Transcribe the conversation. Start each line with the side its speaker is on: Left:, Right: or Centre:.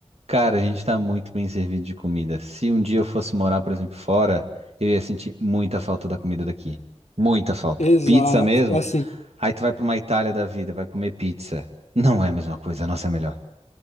Right: Cara, a gente tá muito bem servido de comida. Se um dia eu fosse morar, por exemplo, fora, eu ia sentir muita falta da comida daqui. Muita falta.
Left: Exato,
Right: Pizza mesmo?
Left: É assim.
Right: Aí tu vai pra uma Itália da vida, vai comer pizza. Não é a mesma coisa, a nossa é melhor.